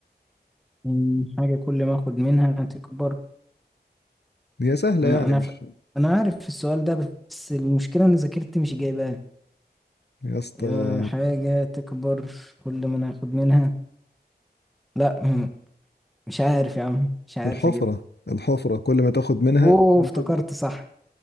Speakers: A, in the centre; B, on the left.
A: مم، حاجة كل ما اخد منها تكبر
B: هي سهلة
A: ما
B: يعني
A: انا
B: مش
A: ف... انا عارف السؤال ده بس المشكلة ان ذاكرتي مش جايباه
B: يا اسطى
A: يا حاجة تكبر كل ما انا اخد منها لا مم، مش عارف يا عم مش عارف
B: الحفرة
A: اجيبها
B: الحفرة كل ما تاخد منها
A: اوه
B: كل
A: افتكرت
B: ما تكبر
A: صح